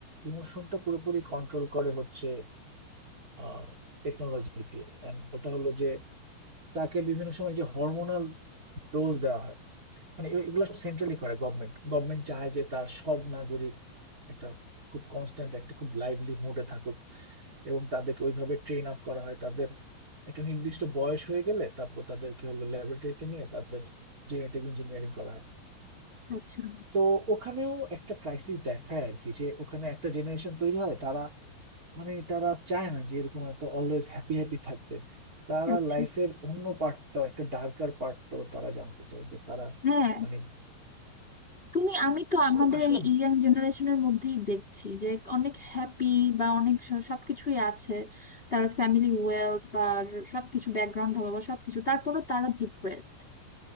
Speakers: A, on the right; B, on the left.
A: ইমোশনটা পুরোপুরি কন্ট্রোল করে হচ্ছে আহ টেকনোলজি দিয়ে And ওটা হলো যে তাকে বিভিন্ন সময় যে হরমোনাল ডোজ দেওয়া হয় মানে এ- এগুলো সব সেন্ট্রালি করে গভর্নমেন্ট গভর্নমেন্ট চায় যে তার সব নাগরিক একটা খুব কনস্ট্যান্ট একটা খুব লাইভলি মুডে থাকুক এবং তাদেরকে ওইভাবে ট্রেন আপ করা হয় তাদের একটা নির্দিষ্ট বয়স হয়ে গেলে তারপর তাদেরকে হলো ল্যাবরেটরিতে নিয়ে তাদের জেনেটিক ইঞ্জিনিয়ারিং করা হয়
B: আচ্ছা
A: তো ওখানেও একটা ক্রাইসিস দেখায় আর কি যে ওখানে একটা জেনারেশন তৈরি হয় তারা মানে তারা চায় না যে এরকম এত অলওয়েজ হ্যাপি হ্যাপি থাকতে তারা
B: আচ্ছা
A: লাইফের অন্য পার্টটাও একটা ডার্কার পার্টটাও তারা জানতে চায় যে তারা
B: হ্যাঁ
A: মানে
B: তুমি আমি তো আমাদের
A: তো আসলে
B: এই ইয়াং জেনারেশনের মধ্যেই দেখছি যে অনেক হ্যাপি বা অনেক স- সবকিছুই আছে তার ফ্যামিলি ওয়েলথ বা সবকিছু ব্যাকগ্রাউন্ড ভালো বা সবকিছু তারপরও তারা ডিপ্রেসড